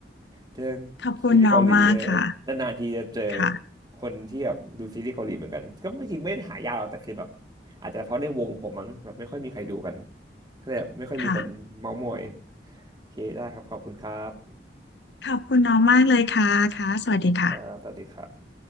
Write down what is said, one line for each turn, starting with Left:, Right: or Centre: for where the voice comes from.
Right: เรื่องซีรีส์เกาหลีเออ
Left: ขอบคุณน้องมากค่ะ
Right: นานๆทีจะเจอ
Left: ค่ะ
Right: คนที่แบบดูซีรีส์เกาหลีเหมือนกันก็ไม่จริงไม่ได้หายากหรอกแต่คือแบบอาจจะเพราะในวงผมมั้งแบบไม่ค่อยมีใครดูกันก็เลยแบบไม่ค่อยมีคนเม้าท์มอย
Left: ค่ะ
Right: โอเคได้ครับขอบคุณครับ
Left: ขอบคุณน้องมากเลยค่ะค่ะสวัสดีค่ะ
Right: อ่าสวัสดีครับ